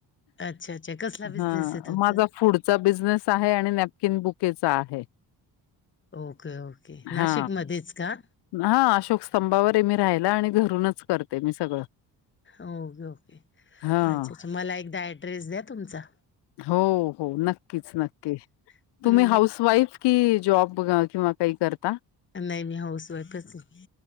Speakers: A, on the left; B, on the left.
A: अच्छा अच्छा कसला बिझनेस
B: हा
A: आहे तुमचा
B: माझा फूड चा बिझनेस आहे आणि नॅपकिन बुकेचा आहे.
A: ओके ओके
B: हा
A: नाशिक मध्येच का?
B: हा अशोक स्तंभावर आहे मी राहिला आणि घरूनच करते मी सगळं.
A: ओके ओके अच्छा
B: हा
A: अच्छा मला एकदा ऍड्रेस द्या तुमचा
B: हो हो नक्कीच नक्की
A: हम्म
B: तुम्ही हाऊस वाईफ कि जॉब किंवा काही करता?
A: नाही मी हाऊस वाईफच आहे.